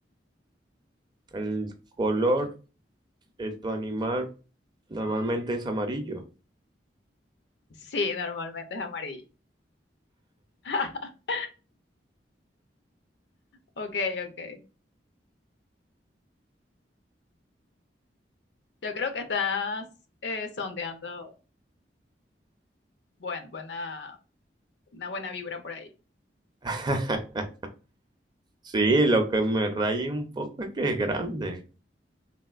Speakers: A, on the right; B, on the left.
A: El color. de tu animal normalmente es amarillo.
B: Sí, normalmente es amarillo. <laughs> Ok, ok. Yo creo que estás eh, sondeando buen, buena, una buena vibra por ahí.
A: <laughs> Sí, lo que me raya un poco es que es grande.